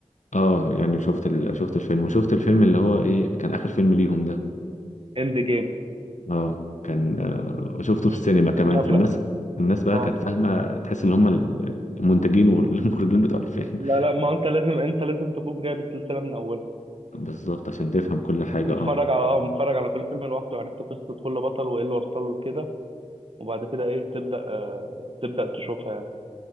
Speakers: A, on the left; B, on the right.
A: اه يعني شفت ال... شفت الفيلم وشفت الفيلم اللي هو ايه كان اخر فيلم ليهم ده
B: اند جيم
A: اه كان آه وشفته
B: مم.
A: في السينما كمان
B: لا
A: فالناس
B: لا
A: الناس بقى
B: اه
A: كانت فاهمة تحس ان هما المنتجين والمخرجين بتوع الفيلم
B: لا
A: <laughs>
B: لا ما هو انت لازم انت لازم تكون جايب السلسله من اولها
A: بالظبط عشان تفهم كل حاجة
B: ومتفرج
A: اه
B: على اه متفرج على كل فيلم لوحده وعرفت قصه كل بطل وايه اللي وصله لكده وبعد كده ايه تبدا آه تبدا تشوفها يعني